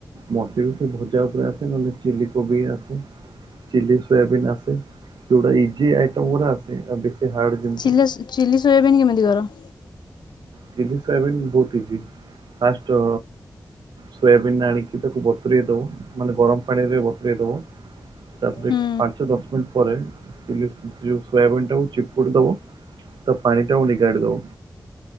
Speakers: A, on the right; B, on the left.
A: ମତେ ବି ସେ ଭଜା ଉପରେ ଆସେ ନହେଲେ ଚିଲି କୋବି ଆସେ ଚିଲି ସୋୟାବିନ୍ ଆସେ ଯୋଉଟା ଇଜି ଆଇଟ ଗୁଡା ଆସେ। ହାର୍ଡ ଯେମିତି
B: ଚିଲ ଚିଲି ସୋୟାବିନ୍ କେମିତି କର?
A: ଚିଲି ସୋୟାବିିନ ବହୁତ ଇଜି ଫାଷ୍ଟ ସୋୟାବିିନ ଆଣିକି ତାକୁ ବତୁରଇ ଦବ ମାନେ ଗରମ ପାଣିରେ ବତୁରଇ ଦବ ତାପରେ
B: ହୁଁ
A: ପାଞ୍ଚ ଦଶ ମିନିଟ ପରେ ଚ ସୋୟାବିିନ ଟାକୁ ଚିପକୁଟି ଦବ ତା ପାଣି ଟାକୁ ନିଗାଡି ଦବ